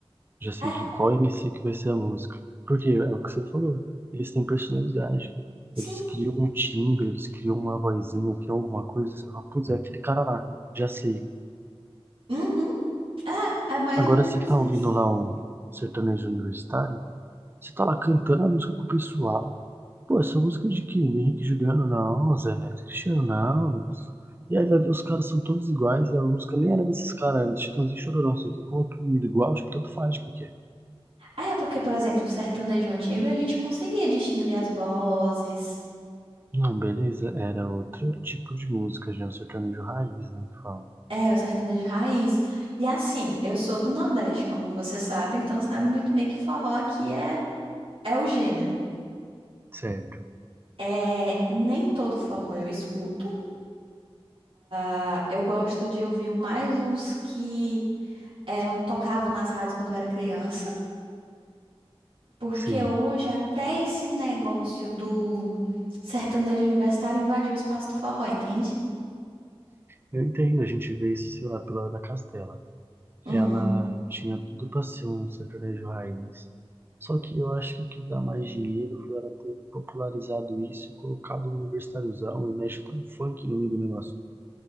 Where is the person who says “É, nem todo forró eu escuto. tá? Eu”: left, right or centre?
Right